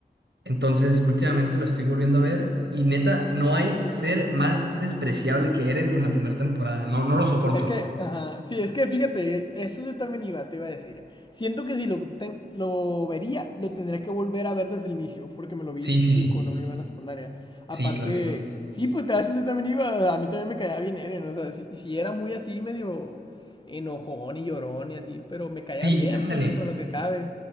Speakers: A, on the right (about 85°); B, on the left (about 25°).
A: Entonces, últimamente lo estoy volviendo a ver y neta, no hay ser más despreciable que Eren en la primera temporada. No, no lo soporto.
B: Es que, ajá, sí, es que fíjate, eso yo también iba, te iba a decir. Siento que si lo, ten- lo vería, lo tendría que volver a ver desde el inicio, porque me lo vi
A: Sí,
B: pues
A: sí,
B: chico,
A: sí.
B: ¿no? Iba en la secundaria. Aparte,
A: Sí, claro que sí.
B: sí, pues a veces yo también iba, a mí también me caía bien Eren, o sea, si, si era muy así, medio enojón y llorón y así, pero me caía
A: Sí,
B: bien,
A: ándale.
B: pues dentro de lo que cabe.